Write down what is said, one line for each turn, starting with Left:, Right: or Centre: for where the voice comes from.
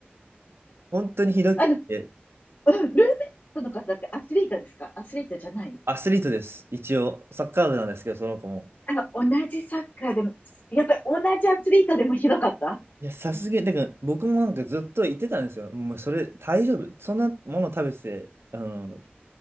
Right: 本当にひどくて。
Left: あの、うんルーメイトの方ってアスリートですかアスリートじゃない
Right: アスリートです。一応、サッカー部なんですけど、その子も。
Left: あの、同じサッカーでも、やっぱり同じアスリートでもひどかった
Right: いや、さすがに、だから僕もなんかずっと言ってたんですよ。もうそれ大丈夫。そんなもの食べてて、あの、